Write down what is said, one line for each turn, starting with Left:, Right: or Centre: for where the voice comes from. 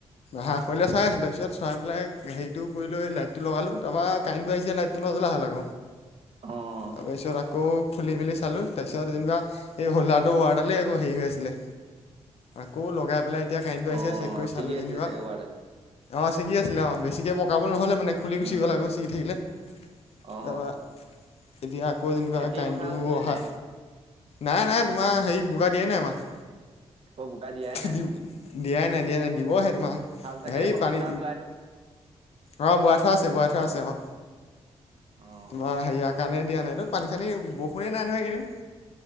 Left: হাঁহ পোৱালিকেটা চাই আছিলো। তাৰপিছত চাই পেলাই হেৰিটো কৰি লৈ লাইট টো লগালো। তাৰপা কাৰেণ্টটো আহিছে লাইট টো বজল হল আক
Right: অ',
Left: তাৰ পিছত আকৌ। খুলি মেলি চালো তাৰপিছত যেনিবা এই হোলদাৰটো ৱাৰ্ডালে আকৌ হেৰি হৈ আছিলে। আকৌ লগাই পেলাই এতিয়া কাৰেণ্টটো আহিছে
Right: অ',
Left: চেক কৰি
Right: ছিগি
Left: চালো
Right: আছিলে
Left: যেনিবা
Right: চাগে ৱাৰডাল
Left: অ চিগি আছিলে আছিলে অ বেছিকে পকাব নহ'লে মানে খুলি গুচিব
Right: উম
Left: লাগে ছিগি থাকিলে।
Right: অ
Left: তাৰপৰা এতিয়া আকৌ যেনিবা
Right: খেতি
Left: কাৰেণ্টটো
Right: পথাৰ উঠিলে
Left: অহা
Right: নে
Left: নাই নাই তোমাৰ হেৰি বোকা দিয়ে নাই আমাৰ।
Right: অ ভুকা দিয় হয়
Left: তো
Right: ন
Left: দি দিয়াই নাই দিয়া নাই দিবহে। তোমাৰ
Right: চাগে
Left: হেৰি
Right: প্ৰথম
Left: পানী
Right: চাহ বোৱাই থৈছে
Left: অঁ বোৱাইথোৱা আছে বোৱাইথোৱা আছে অঁ
Right: অ',
Left: তোমাৰ হেয়াৰ কাৰণে দিয়া নাইতো পানী চানী বৰষুণেই নাই নহয় সেইকেইদিন।